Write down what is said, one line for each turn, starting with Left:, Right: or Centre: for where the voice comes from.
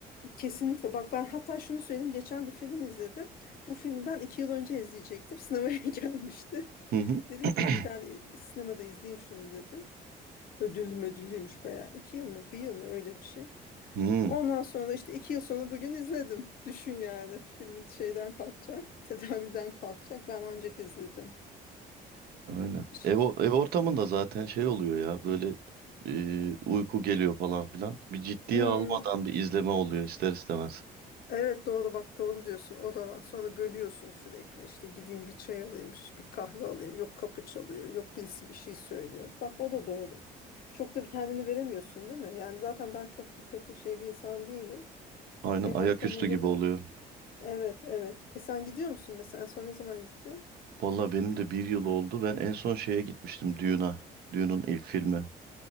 Left: Kesinlikle. Bak ben hatta şunu söyleyeyim. Geçen bir film izledim. Bu filmi ben iki yıl önce izleyecektim. Sinemaya <laughs> gelmişti.
Right: Hı hı.
Left: Dedim
Right: <clears throat>
Left: ki gider e, sinemada izleyeyim şunu dedim. Ödüllü ödüllüymüş bayağı. İki yıl mı bir yıl mı öyle bir şey.
Right: Hmm.
Left: Ondan sonra işte iki yıl sonra bugün izledim. Düşün yani. Film şeyden kalkacak. Tedaviden kalkacak. Ben ancak izledim.
Right: Aynen.
Left: Şey.
Right: Ev, o- ev ortamında zaten şey oluyor ya böyle e, uyku geliyor falan filan. Bir ciddiye
Left: Hmm.
Right: almadan bir izleme oluyor ister istemez.
Left: Evet doğru bak doğru diyorsun o da var. Sonra bölüyorsun sürekli işte gideyim bir çay alayım şş, bir kahve alayım yok kapı çalıyor yok birisi bir şey söylüyor. Bak o da doğru. Çok da kendini veremiyorsun değil mi? Yani zaten ben çok dikkatli şey bir insan değilim.
Right: Aynen
Left: Ev
Right: ayaküstü
Left: ortamında
Right: gibi
Left: da
Right: oluyor.
Left: evet evet. E sen gidiyor musun mesela en son ne zaman gittin?
Right: Vallahi benim de bir yıl oldu. Ben en son şeye gitmiştim Dune'a. Dune'un ilk filmi.